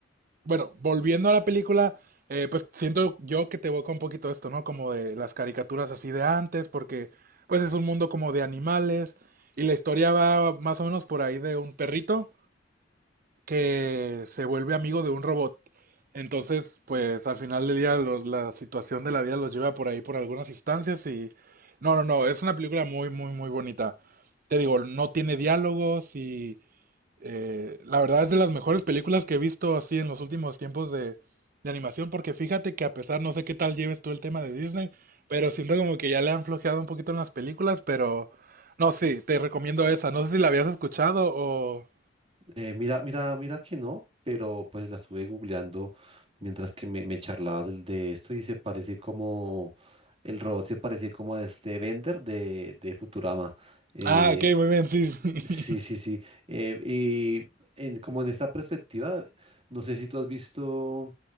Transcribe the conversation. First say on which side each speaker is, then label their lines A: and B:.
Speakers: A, on the right; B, on the right.
A: Bueno, volviendo a la película, eh, pues siento yo que te evoca un poquito esto, ¿no? Como de las caricaturas así de antes, porque pues es un mundo como de animales y la historia va más o menos por ahí de un perrito que se vuelve amigo de un robot. Entonces, pues al final del día los- la situación de la vida los lleva por ahí por algunas instancias y... No, no, no, es una película muy, muy, muy bonita. Te digo, no tiene diálogos y eh, la verdad es de las mejores películas que he visto así en los últimos tiempos de, de animación, porque fíjate que a pesar, no sé qué tal lleves tú el tema de Disney, pero siento como que ya le han flojeado un poquito en las películas, pero no, sí, te recomiendo esa. No sé si la habías escuchado o...
B: Eh, mira, mira, mira que no, pero pues la estuve googleando mientras que me, me charlaba del- de esto y se parece como, el robot se parece como a este Bender de, de Futurama. Eh,
A: Ah, ok, muy bien, sí. sí.
B: Sí, sí, sí. Eh, y en- como en esta perspectiva, no sé si tú has visto,